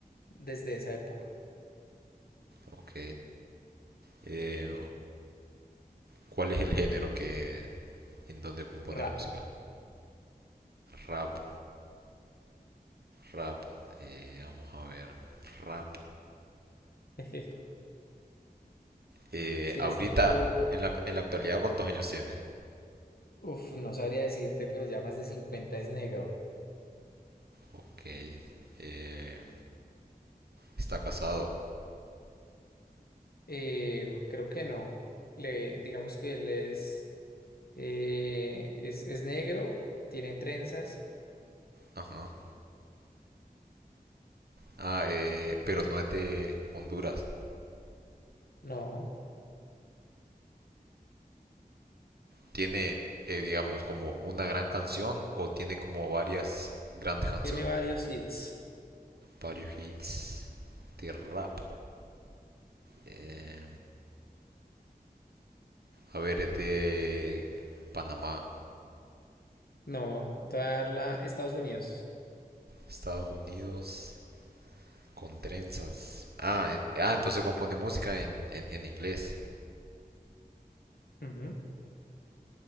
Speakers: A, on the left; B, on the right.
A: desde esa época,
B: Ok. Eh, ¿cuál es el género que en donde compone
A: rap.
B: música? Rap, rap. eh, vamos a ver, rap.
A: <laughs>
B: Eh,
A: Si
B: ahorita,
A: es tipo, co-
B: en la, en la actualidad, ¿cuántos años tiene?
A: uf, no sabría decirte, pero ya más de 50 es negro.
B: Ok. eh, está casado.
A: Eh, creo que no, le, digamos que él es. Eh, es, es negro, tiene trenzas.
B: Ajá. Ah, eh, pero no es de Honduras.
A: No,
B: ¿Tiene, eh, digamos, como una gran canción o tiene como varias grandes canciones?
A: tiene varios hits.
B: Varios hits de rap. Eh, a ver, es de Panamá,
A: No, te voy a dar la Estados Unidos.
B: Estados Unidos, con trenzas. Ah, en- ah, entonces compone música en, en- en inglés.
A: Ujú,